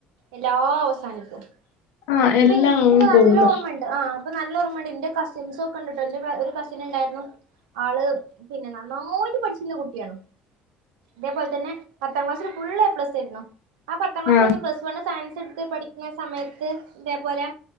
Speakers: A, on the right; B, on the left.
A: എല്ലാ അവസാനിക്കും.
B: ആഹ് എല്ലാം
A: ഇപ്പം ഇന്ക്ക്
B: അങ്ങ്
A: ഒക്കെ നല്ല
B: പോകുന്നു
A: ഓർമണ്ട്. ആഹ് അപ്പൊ നല്ലോർമ്മയുണ്ട് ഇന്റെ കസിൻസ് ഒക്കെ ഇണ്ടാട്ടോ എന്റെ ഒരു കസിൻ ഉണ്ടായിരുന്നു. ആള് പിന്നെ നന്നായിട്ട് പഠിച്ചിരുന്ന കുട്ടിയാണ് ഇതേപോലെ തന്നേ പത്താം ക്ലാസ്സി ഫുള്ള് എ പ്ലസ് ആയിരുന്നു ആ പത്താം ക്ലാസ്സ്‌
B: ആഹ്
A: കഴിഞ് പ്ലസ്ണ് സയൻസ്ടുത്ത് പടി പിന്നെ സമയത്ത് ഇതേപോലെ